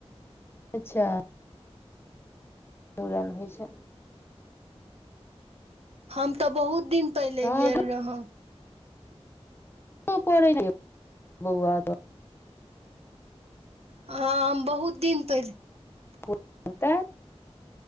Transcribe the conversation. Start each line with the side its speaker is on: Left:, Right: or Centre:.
Left: अच्छा <unintelligible> मड़न होइ छै।
Right: हम तऽ बहुत। <unintelligible> दिन पहिले
Left: हँ
Right: गेल रहौ। <unintelligible>
Left: ओ पे <unintelligible> बहुआ त।
Right: हँ हम बहुत दिन पहिल। <unintelligible>
Left: को बत। <unintelligible>